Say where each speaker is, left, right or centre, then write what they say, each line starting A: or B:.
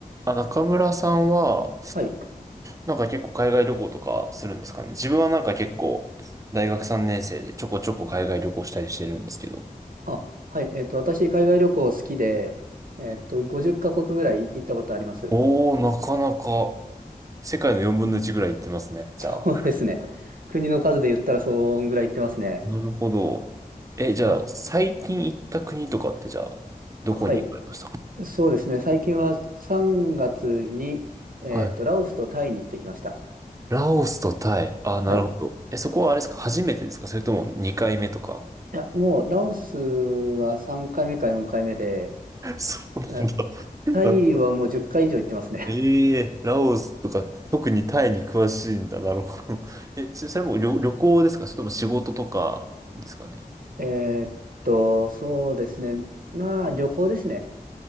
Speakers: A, on the right; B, on the right.
A: あ、中村さんは、
B: はい。
A: なんか結構海外旅行とかするんですかね。自分はなんか結構、大学3年生でちょこちょこ海外旅行したりしてるんですけど。
B: あ、はい。えっと、私、海外旅行好きで、えっと、50カ国ぐらい行ったことあります。
A: おー、なかなか、世界の4分の1ぐらい行ってますね。
B: <laughs>
A: じゃあ。
B: そうですね。国の数で言ったら、そんぐらい行ってますね。
A: なるほど。え、じゃあ、
B: はい。
A: 最近行った国とかってじゃあ、どこに行かれましたか
B: はい。そうですね。最近は3月に、えっと、
A: はい。
B: ラオスとタイに行ってきました。
A: ラオスとタイ。あ、
B: はい。
A: なるほど。
B: い
A: え、そこはあれですか初めてですかそれとも2回目とか
B: や、もう、ラオスは3回目か4回目で、
A: <laughs> そう
B: え
A: なんだ。
B: タイはもう10回以上行ってますね。
A: ええラオスとか、特にタイに詳しいんだ。なるほど。<laughs> え、ち、それも旅、旅行ですかそれとも仕事とかですかね。
B: <laughs> えーっと、そうですね。まあ、旅行ですね。